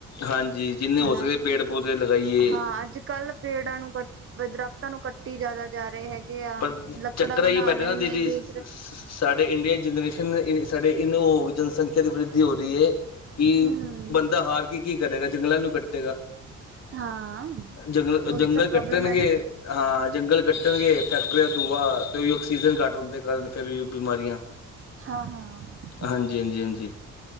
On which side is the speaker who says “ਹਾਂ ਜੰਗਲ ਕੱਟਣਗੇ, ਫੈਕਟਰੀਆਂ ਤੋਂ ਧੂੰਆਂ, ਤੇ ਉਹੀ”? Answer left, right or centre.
Left